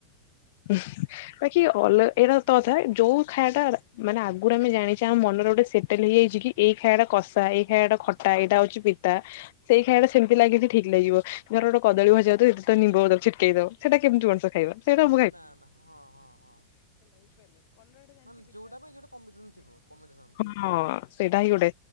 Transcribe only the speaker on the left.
<unintelligible> ବାକି ଅଲ ଏଟ ତଥା ଯୋଉ ଖାଇବା ଟା ମାନେ ଆଗରୁ ଆମେ ଜାଣିଛେ ଆମ ମନରେ ଗୋଟେ ସେଟଲ ହେଇଯାଇ କି ଏଇ ଖାଇବାଟା କଷା, ଏଇ ଖାଇଟା ଖଟା, ଏଇଟା ହଉଛି ପିତା ସେଇ ଖାଇବା ଟା ସେମିତି ଲାଗିଛି ଠିକ ଲାଗିବ। ଘର ଗଟେ କଦଳୀ ଭଜା ଏ ତ ନିମ୍ବ ଦବ ଛିଟକେଇ ଦବ। ସେଟା କେମିତି ମଣିସ ଖାଇବା ସେଇଟା <unintelligible>
ହଁ ସେଇଟା ହିଁ ଗୋଟେ